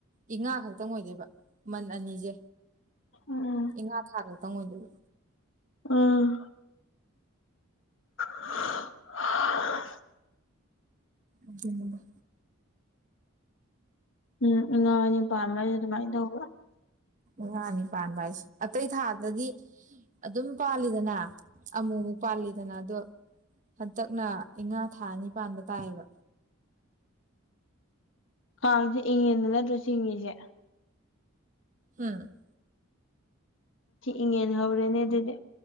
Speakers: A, on the right; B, on the left.
A: ꯏ ꯉꯥ ꯈꯛꯇꯪ ꯑꯣꯏꯗꯣꯏꯕ ꯃꯟ ꯑꯅꯤꯁꯦ
B: ꯎꯝ
A: ꯏꯉꯥ ꯊꯥ ꯈꯛꯇꯪ ꯑꯣꯏꯗꯣꯏꯕ
B: ꯑꯣ <inaudible>
A: ꯑꯜ
B: <unintelligible>
A: ꯉꯥꯅꯤ ꯄꯥꯟꯕ ꯍꯥꯏꯁ ꯑꯇꯩ ꯊꯥꯗꯗꯤ ꯑꯗꯨꯝ ꯄꯥꯜꯂꯤꯗꯅ ꯑꯃꯨꯛ ꯑꯃꯨꯛ ꯄꯥꯜꯂꯤꯗꯅ ꯑꯗꯣ ꯍꯟꯇꯛꯅ ꯏꯉꯥ ꯊꯥꯅꯤꯄꯥꯟꯗ ꯇꯥꯏꯌꯦꯕ
B: ꯀꯥꯡꯁꯦ ꯏꯪꯉꯦꯗ ꯅꯠꯇ꯭ꯔꯣ ꯆꯤꯡꯉꯁꯦ
A: ꯍꯝ
B: ꯏꯪꯉꯦꯟ ꯍꯧꯔꯦꯅꯦ ꯑꯗꯨꯗꯤ